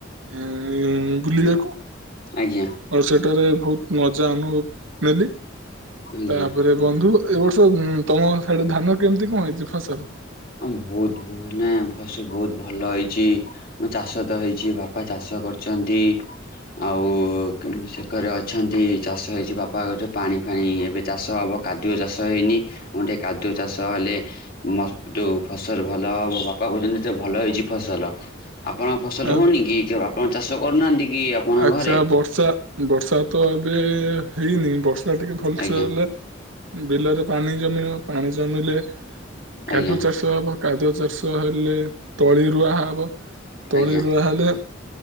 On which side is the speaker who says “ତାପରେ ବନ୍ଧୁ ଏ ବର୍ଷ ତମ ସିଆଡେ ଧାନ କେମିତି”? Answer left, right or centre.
Right